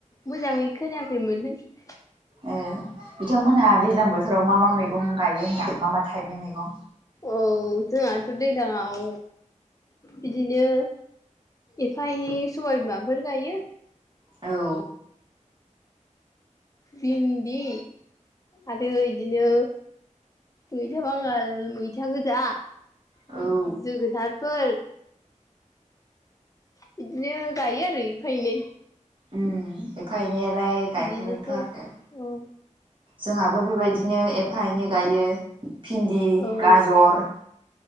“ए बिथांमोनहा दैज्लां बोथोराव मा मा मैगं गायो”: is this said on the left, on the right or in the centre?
Right